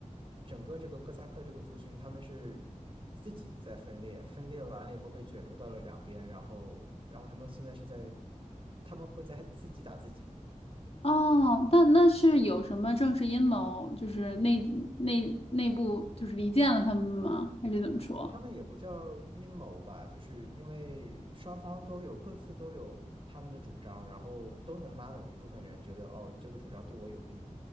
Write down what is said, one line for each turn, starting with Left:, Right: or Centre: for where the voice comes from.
Right: 整个这个哥萨克这个族群，他们是自己在分裂，分裂完了以后被卷入到了两边，然后，然后他们现在是在，他们会在自己打自己，
Left: 哦。那那是有什么政治阴谋，就是内内内部就是离间了他们吗？还是怎么说？
Right: 他们也不叫阴谋吧，就是因为双方都有各自都有他们的主张，然后都能拉拢一部分人，觉得哦这个主张对我有利。